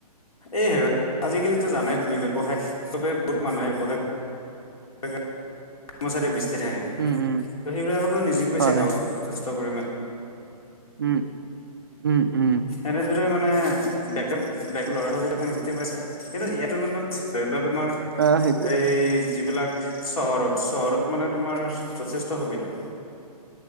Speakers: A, on the left; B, on the right.
A: এই হে আজিকালিতো জানে তুমি ব্যৱসায় চবে বহুত মানুহে বহে। কৰ্মচাৰী ব্যস্ত থাকে ত'
B: উম উম
A: সেইবিলাকলৈ নিযুক্ত পাইছে
B: হয়
A: গাঁৱত
B: হয়
A: যথেষ্ট পৰিমাণ।
B: উম, উম উম।
A: সেনেদৰে মানে বে বে ল'ৰা ছোৱালী বিলাক। পাইছে, কিন্তু ইয়াৰ তুলনাত ধৰি লোৱা তোমাৰ
B: আহ সেইটো
A: এই - যিবিলাক চহৰত, চহৰত মানে তোমাৰ যথেষ্ট সুবিধা।